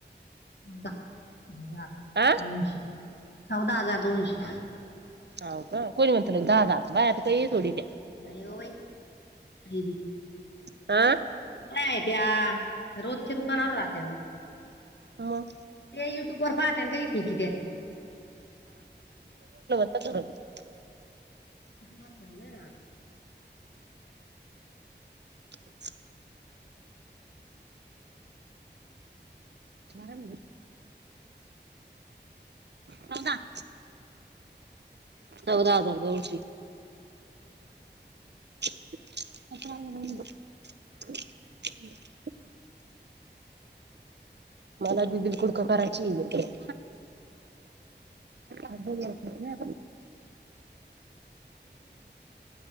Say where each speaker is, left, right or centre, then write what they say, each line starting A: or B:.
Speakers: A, on the left; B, on the right.
A: चौदा हजार.
B: आं.
A: दोनशे. चौदा हजार दोनशे.
B: ह का कोणी म्हणतल दाहजार बाय आता काही तोडी तेे.
A: नाही ओ बाई <unintelligible>
B: आ.
A: काय त्या्या रोजच्या दुकानावर राहत्या ना.
B: मं.
A: ते युट्युब वर पाहत आणि का इकित्या.
B: त <unintelligible>
A: वरखर नाही रात.
B: <unintelligible> <inaudible> मर <unintelligible> <inaudible> चौदा <inaudible> चौदा हजार दोनश. अ <unintelligible> मला दिदीला पुडकं करायची. <unintelligible> आधी या पाहिज ना आपण